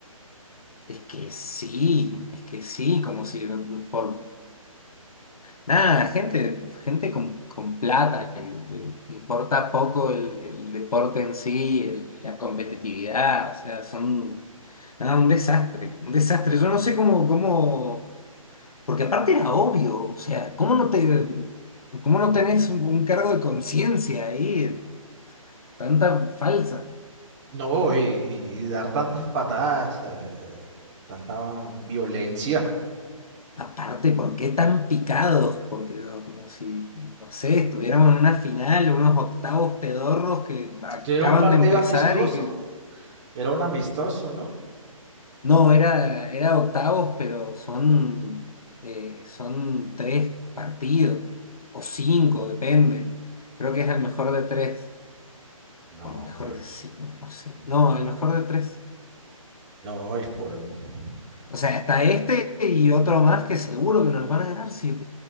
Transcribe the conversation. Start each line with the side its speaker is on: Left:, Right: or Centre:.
Left: Es que sí, es que sí, como si por Nada, gente, gente con, con plata, que le importa poco el, el deporte en sí el- y la competitividad, o sea, son nada, un desastre, un desastre. Yo no sé cómo, cómo, porque aparte era obvio, o sea, ¿cómo no te, cómo no tenés un, un cargo de conciencia ahí? Tanta falsa.
Right: No, y, y- y dar tantas patadas, eh, eh, tanta violencia.
Left: Aparte, ¿por qué tan picados? Porque no, como si, no sé, estuviéramos en una final, unos octavos pedorros que acaban
Right: Si Era un partido
Left: de empezar
Right: amistoso,
Left: y que
Right: Era un amistoso, ¿no?
Left: No, era, era octavos, pero son, eh, son tres partidos, o cinco, depende. Creo que es el mejor de tres,
Right: No,
Left: o el mejor
Right: pues,
Left: de cinco, no sé.
Right: mm,
Left: No,
Right: ah,
Left: el mejor de tres.
Right: no, el colmo. <laughs>
Left: O sea, está este y otro más que seguro que nos los van a ganar si